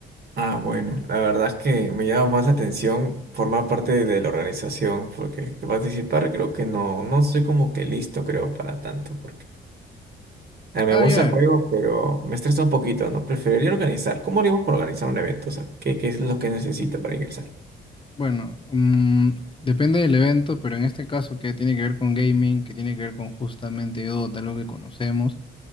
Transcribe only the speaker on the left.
Ah,
ya.
Bueno, mm, depende del evento, pero en este caso que tiene que ver con gaming, que tiene que ver con justamente Dota, algo que conocemos,